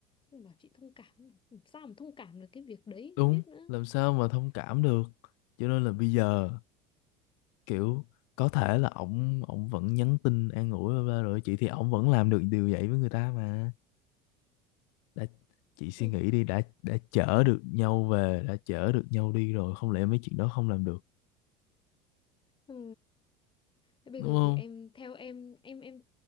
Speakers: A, on the left; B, on the left.
A: xong bảo chị thông cảm làm sao mà thông cảm được cái việc đấy
B: đúng
A: không biết nữa
B: làm sao mà thông cảm được cho nên là bây giờ kiểu có thể là ổng ổng vẫn nhắn tin an ủi bla bla rồi chị thì ổng vẫn làm được điều vậy với người ta mà đã chị suy
A: ừ.
B: nghĩ đi đã đã chở được nhau về đã chở được nhau đi rồi không lẽ mấy chuyện đó không làm được
A: Ừ. Thế bây
B: đúng
A: giờ
B: không
A: thì em theo em em em